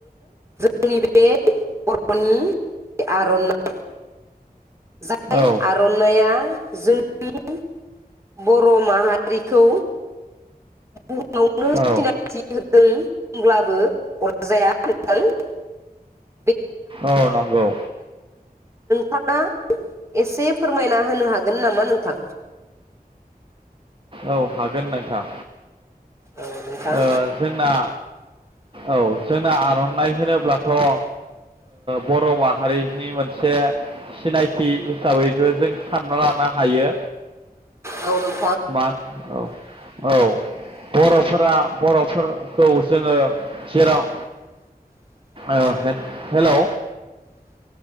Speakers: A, on the right; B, on the right.
A: <unintelligible> <unintelligible> आर'नाइ। जाय
B: औ
A: आर'नाइया जोंनि बर' माहारिखौ बुहुमावनो
B: औ
A: सिनायथि होदों होनब्लाबो अरजाया <unintelligible>
B: औ नंगौ।
A: थाङा एसे फोरमायना होनो हागोन नामा नोंथां?
B: औ हागोन नोंथां।
A: औ नोंथां
B: ओ जोंना औ जों आर'नाइ होनोब्लाथ' ओ बर' माहारिनि मोनसे सिनायथि हिसाबैसो जों सानना लानो हायो।
A: औ नों
B: मान औ औ बर'फोरा बर' फोरखौ जोङो जेराव ओ हे-हेलौ